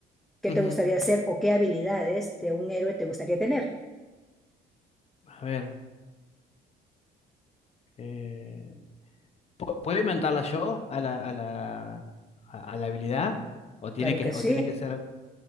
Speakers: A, in the centre; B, on the left (about 40°).
A: ¿Qué
B: ujú,
A: te gustaría hacer o qué habilidades de un héroe te gustaría tener?
B: A ver, eh, ¿pu- ¿puedo inventarla yo a la, a la, a, a la habilidad? ¿O tiene
A: Claro
B: que,
A: que sí.
B: o tiene que ser...